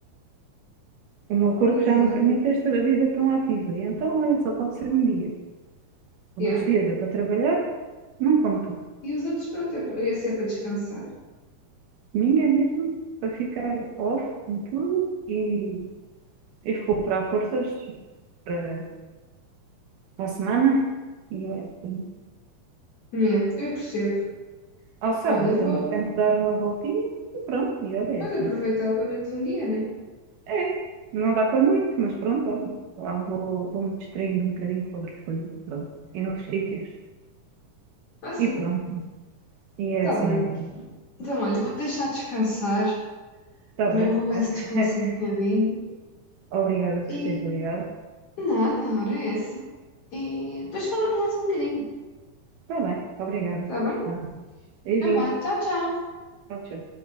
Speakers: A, on the right; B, on the left.
A: O meu corpo
B: Mas
A: já
B: olha,
A: não permite esta vida tão ativa. E então, olha, só pode ser um dia.
B: yeah.
A: Os outros dias é para trabalhar, não conto.
B: E os outros, pronto, eu ia ser para descansar.
A: Domingo é mesmo para ficar off de tudo e, e recuperar forças para, para a semana. E é assim.
B: Yeah, eu percebo.
A: Ao sábado
B: Olha, vou,
A: tento, tento dar uma voltinha e pronto, e olha, é
B: vou
A: assim.
B: aproveitar pelo menos um dia, né?
A: É, não dá para muito, mas pronto, olha. Lá vou, vou me distraindo um bocadinho com outras coisas, pronto. E noutros sítios,
B: Ah, sim,
A: e pronto. E é
B: tá
A: assim,
B: bem.
A: é assim.
B: Então, olha, vou deixar descansar.
A: Está
B: Também
A: bem,
B: vou ver
A: olha.
B: se descanso
A: <laughs>
B: um bocadinho.
A: Obrigada por
B: E
A: teres ligado.
B: nada, ora é essa. E depois falamos mais um bocadinho,
A: Está bem, obrigada.
B: está bem?
A: Vá. Beijinhos.
B: Então vá, tchau, tchau.
A: Tchau, tchau.